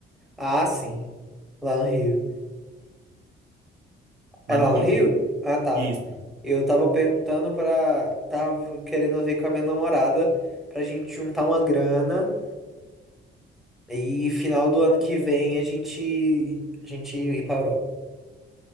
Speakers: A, in the centre; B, on the right.
A: Ah, sim. Lá no Rio. É
B: lá
A: lá
B: no Rio.
A: no Rio? Ah, tá.
B: Isso.
A: Eu tava perguntando pra... Tava querendo ver com a minha namorada pra gente juntar uma grana E final do ano que vem a gente a gente ir para Europa.